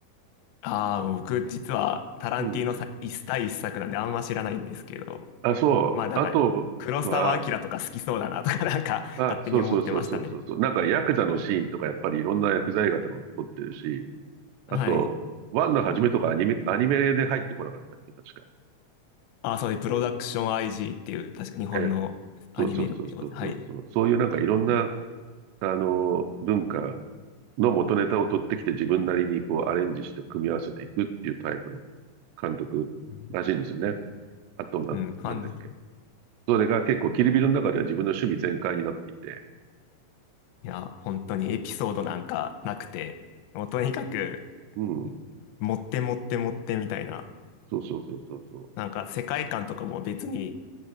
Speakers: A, on the left (about 80°); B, on the right (about 80°).
A: ああ、僕実はタランティーノさ一対一作なんであんま知らないんですけど、
B: うん。あ、そう。
A: まあなんか黒澤明とか好きそうだなとか
B: あとは、
A: <laughs> なんか勝手に思ってましたね。
B: あ、そうそうそうそうそうそう。なんかヤクザのシーンとかやっぱりいろんな薬剤映画とかが撮ってるし、
A: はい。
B: あと、ワンの初めとかアニメ、アニメで入ってこなかったっけ、確か。
A: ああ、そうで、プロダクション IG っていう確か日本のアニメを、
B: え、そうそうそうそうそうそう。
A: はい。
B: そういうなんかいろんな、あの、文化の元ネタを取ってきて自分なりにこうアレンジして組み合わせていくっていうタイプの監督らしいんですよね。
A: うん
B: あとな、
A: うん、かん、
B: なんだっけ。
A: い
B: それが結構キルビルの中では自分の趣味全開になっていて。
A: や、本当にエピソードなんかなくて、もうとにかく
B: うん。
A: 持って持って持ってみたいな、
B: そうそうそうそうそう。
A: なんか世界観とかも別に